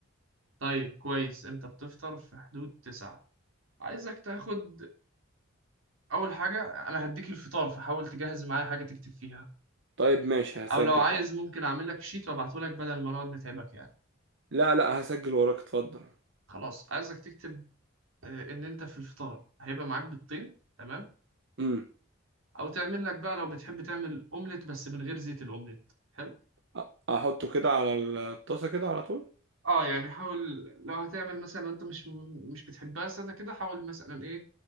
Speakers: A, on the right; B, on the right.
A: طيب كويس انت بتفطر في حدود 9 عايزك تاخد اول حاجه انا هديك الفطار فحاول تجهز معايا حاجه تكتب فيها
B: طيب ماشي هسجل
A: او لو عايز
B: حاضر
A: ممكن اعمل لك شيت وابعته لك بدل ما نقعد نتعبك يعني
B: لا لا هسجل وراك اتفضل
A: خلاص عايزك تكتب آه، ان انت في الفطار هيبقى معاك بيضتين تمام
B: امم
A: او تعمل لك بقى لو بتحب تعمل اومليت بس من غير زيت الاومليت حلو
B: أ- احطه كده على الطاسة كده على طول
A: اه يعني حاول لو هتعمل مثلا لو انت مش مش بتحبها سادة كده حاول مثلا ايه